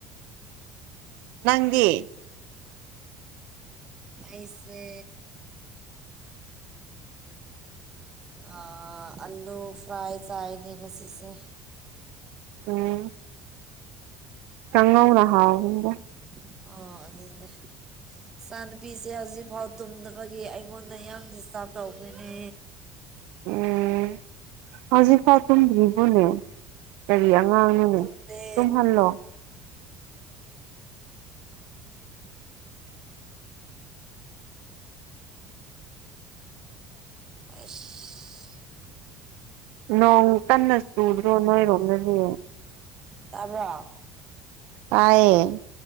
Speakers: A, on the right; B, on the right.
A: ꯅꯪꯗꯤ
B: ꯑꯩꯁꯦ ꯑꯥ ꯑꯂꯨ ꯐ꯭ꯔꯥꯏ ꯆꯥꯏꯅ‌ꯦ ꯉꯁꯤꯁꯦ
A: ꯎꯝ ꯀꯪꯉꯧꯅ ꯍꯥꯎꯕꯅꯤꯗ
B: ꯑ <unintelligible> ꯏꯆꯥ ꯅꯨꯨꯄꯤꯁꯦ ꯍꯧꯖꯤꯛꯐꯥꯎ ꯇꯨꯝꯗꯕꯒꯤ ꯑꯩꯉꯣꯟꯗ ꯌꯥꯝ ꯗꯤꯁꯇꯥꯔꯕ ꯇꯧꯕꯅꯦ
A: ꯎꯝ ꯍꯧꯖꯤꯛ ꯐꯥꯎ ꯇꯨꯝꯗ꯭ꯔꯤꯕꯣꯅꯦ ꯀꯔꯤ ꯑꯉꯥꯡꯅꯣꯅꯦ
B: ꯇꯨꯝꯗꯦ
A: ꯇꯨꯝꯍꯜꯂꯣ
B: ꯎꯝ ꯑꯩꯁ
A: ꯅꯣꯡ ꯀꯟꯅ ꯆꯨꯗ꯭ꯔꯣ ꯅꯣꯏꯔꯣꯝꯗꯗꯤ
B: ꯇꯥꯕ꯭ꯔꯥ
A: ꯇꯥꯏꯌꯦ